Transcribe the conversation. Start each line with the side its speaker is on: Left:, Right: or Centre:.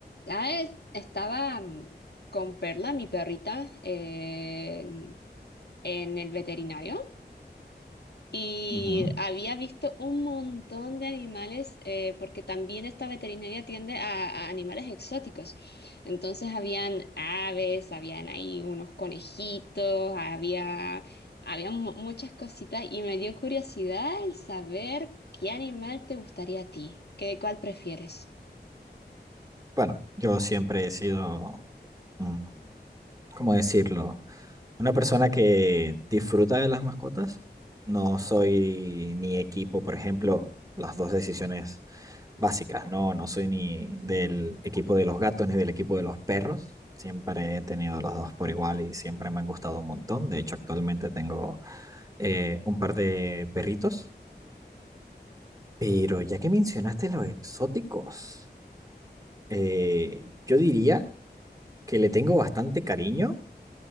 Left: Ah, eh, estaba mm, con Perla, mi perrita, en, en el veterinario y
Right: Ujú.
Left: había visto un montón de animales eh, porque también esta veterinaria atiende a, a animales exóticos. Entonces habían aves, habían ahí unos conejitos, había, había mu- muchas cositas y me dio curiosidad el saber qué animal te gustaría a ti, qué, cuál prefieres.
Right: Bueno, yo siempre he sido, mm, ¿cómo decirlo? Una persona que disfruta de las mascotas. No soy ni equipo, por ejemplo, las dos decisiones básicas, ¿no? No soy ni del equipo de los gatos ni del equipo de los perros. Siempre he tenido los dos por igual y siempre me han gustado un montón. De hecho, actualmente tengo eh, un par de perritos. Pero ya que mencionaste los exóticos, eh, yo diría que le tengo bastante cariño